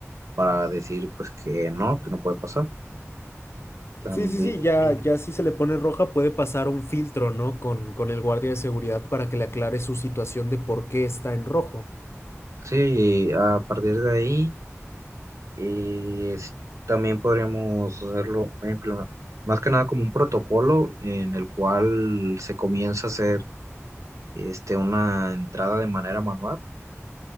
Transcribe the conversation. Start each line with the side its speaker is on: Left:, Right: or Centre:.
Right: para decir pues que no, que no puede pasar. También,
Left: Sí, sí, sí, ya, ya si se le pone roja puede pasar un filtro, ¿no? Con, con el guardia de seguridad para que le aclare su situación de por qué está en rojo.
Right: sí, a partir de ahí. Y es- también podríamos hacerlo, implemen- más que nada como un protocolo en el cual se comienza a hacer este, una entrada de manera manual,